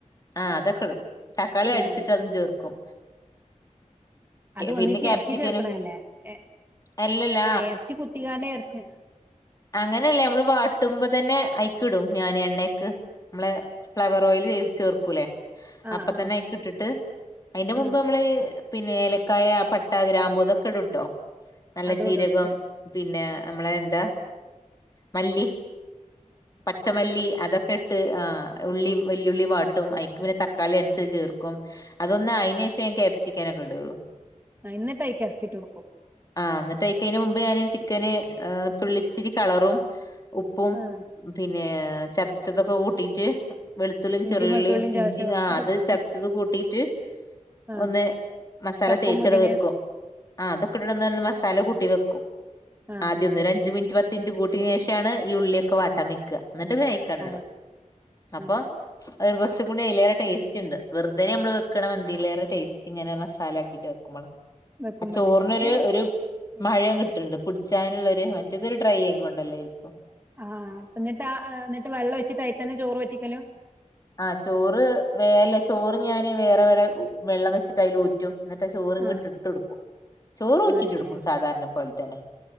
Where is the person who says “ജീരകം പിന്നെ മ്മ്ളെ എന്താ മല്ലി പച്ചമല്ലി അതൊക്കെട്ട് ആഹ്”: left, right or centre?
Left